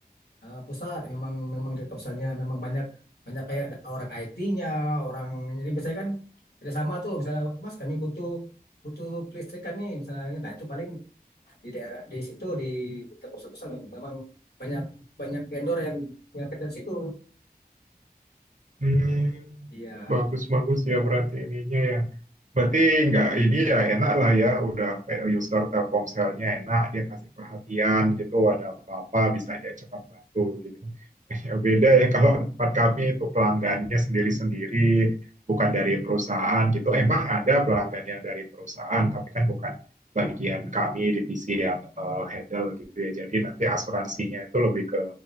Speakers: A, on the left; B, on the right.
A: eh, pusat memang memang di Telkomselnya memang banyak banyak kayak ada orang IT-nya, orang ini biasanya kan kerja sama tuh misalnya Mas kami butuh butuh kelistrikan nih misalnya nah itu paling di daerah di situ di Telkomsel pusat memang, memang banyak banyak vendor yang yang kerja di situ.
B: Hmm,
A: Iya.
B: bagus-bagus ya berarti ininya ya. Berarti nggak ini ya enak lah ya, udah kayak user Telkomselnya enak, dia kasih perhatian gitu, ada apa-apa bisa dia cepat bantu gitu. <laughs> Ya beda ya kalau tempat kami itu pelanggannya sendiri-sendiri, bukan dari perusahaan gitu. Emang ada pelanggan yang dari perusahaan, tapi kan bukan bagian kami divisi yang eh, handle gitu ya. Jadi nanti asuransinya itu lebih ke